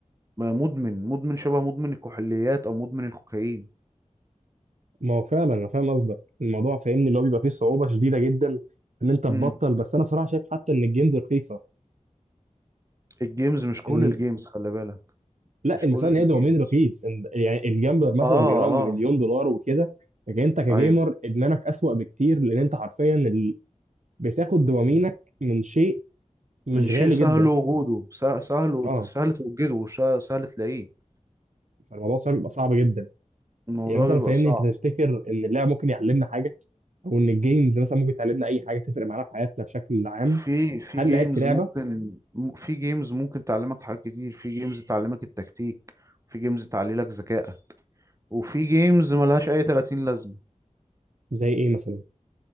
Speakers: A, on the right (about 25°); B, on the right (about 65°).
A: مدمن مدمن شبه مدمن الكحوليات او مدمن الكوكايين
B: ما هو فعلا أنا فاهم قصدك الموضوع فاهمني اللي هو بيبقى فيه صعوبة شديدة جدا إن أنت تبطل
A: امم
B: بس أنا بصراحة شايف حتى إن الجيمز رخيصة
A: الجيمز مش كل
B: إن
A: الجيمز خلي بالك
B: لا
A: مش
B: المسألة
A: كل
B: ان هي
A: الجيمز
B: دوبامين رخيص إن- يعني الجامبر مثلا
A: اه
B: بيراهن
A: اه
B: بمليون دولار وكده لكن انت كجيمر
A: ايوه
B: ادمانك اسوأ بكتير لان انت حرفيا ال... بتاخد دوبامينك من شيء مش
A: من شيء
B: غالي
A: سهل
B: جدا
A: وجوده سه- سهل وت-
B: اه
A: سهل توجده وسهل تلاقيه
B: فالموضوع صعب بيبقى صعب جدا
A: الموضوع
B: يعني مثلا
A: بيبقى
B: فاهمني
A: صعب
B: انت تفتكر ان اللعب ممكن يعلمنا حاجة او ان الجيمز مثلا ممكن تعلمنا اي حاجة تفرق معانا في حياتنا بشكل عام
A: في في
B: هل
A: جيمز
B: لعبت لعبة
A: ممكن م- في جيمز ممكن تعلمك حاجات كتير في جيمز تعلمك التكتيك في جيمز تعلي لك ذكائك وفي جيمز ملهاش اي 30 لازمة
B: زي ايه مثلا